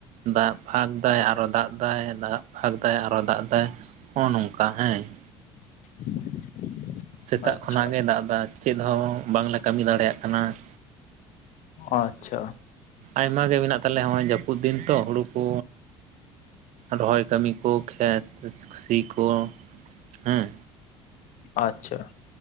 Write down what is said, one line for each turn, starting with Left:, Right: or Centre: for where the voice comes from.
Right: ᱫᱟᱜ ᱯᱷᱟᱸᱠ ᱫᱟᱭ, ᱟᱨᱚ ᱫᱟᱜ ᱫᱟᱭ, ᱫᱟᱜ ᱯᱷᱟᱸᱠ ᱫᱟᱭ, ᱟᱨᱚ ᱫᱟᱜ ᱫᱟᱭ ᱦᱚᱸᱜᱼᱚᱭ ᱱᱚᱝᱠᱟ ᱦᱮᱸ ᱾
Left: <inaudible>
Right: ᱥᱮᱛᱟᱜ
Left: ᱟᱪᱪᱷᱟ
Right: ᱠᱷᱚᱱᱟᱜ ᱜᱮ ᱫᱟᱜ ᱫᱟ, ᱪᱮᱫ ᱦᱚᱸ ᱵᱟᱝᱞᱮ ᱠᱟᱹᱢᱤ ᱫᱟᱲᱮᱭᱟᱜ ᱠᱟᱱᱟ ᱾
Left: ᱟᱪᱪᱷᱟᱼᱼ
Right: ᱟᱭᱢᱟ ᱜᱮ ᱢᱮᱱᱟᱜ ᱛᱟᱞᱮᱭᱟ ᱾ ᱱᱚᱜᱼᱚᱭ ᱡᱟᱹᱯᱩᱫ ᱫᱤᱱ ᱛᱚ ᱦᱩᱲᱩ ᱠᱚᱼᱼ ᱨᱚᱦᱚᱭ ᱠᱟᱹᱢᱤ ᱠᱚ, ᱠᱷᱮᱛ ᱥᱤ ᱠᱚ ᱦᱩᱸ
Left: ᱟᱪᱪᱷᱟ ᱾